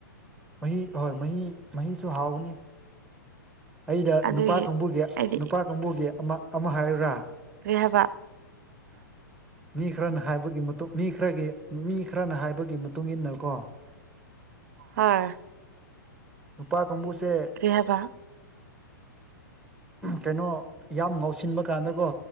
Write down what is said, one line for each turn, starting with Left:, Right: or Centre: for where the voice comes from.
Centre: ꯃꯍꯤ ꯍ‌ꯣꯏ ꯃꯍꯤ ꯃꯍꯤꯁꯨ ꯍꯥꯎꯕꯅꯤ ꯑꯩꯗ
Right: ꯑꯗꯨꯒꯤ
Centre: ꯅꯨꯄꯥ ꯀꯥꯡꯕꯨꯒꯤ
Right: ꯑꯩꯗꯤ
Centre: ꯅꯨꯄꯥ ꯀꯥꯡꯕꯨꯒꯤ ꯑꯃ ꯑꯃ ꯍꯥꯏꯔꯨꯔꯥ
Right: ꯀꯩꯍꯥꯏꯕ
Centre: ꯃꯤ ꯈꯔꯅ ꯍꯥꯏꯕꯒꯤ ꯃꯇꯨꯡ ꯃꯤ ꯈꯔꯒꯤ ꯃꯤ ꯈꯔꯅ ꯍꯥꯏꯕꯒꯤ ꯃꯇꯨꯡ ꯏꯟꯅ ꯀꯣ
Right: ꯍꯣꯏ
Centre: ꯅꯨꯄꯥ ꯀꯥꯡꯕꯨꯁꯦ
Right: ꯀ꯭ꯔꯤ ꯍꯥꯏꯕ
Centre: ꯀꯩꯅꯣ ꯌꯥꯝ ꯉꯥꯎꯁꯤꯟꯕ ꯀꯥꯟꯗꯀꯣ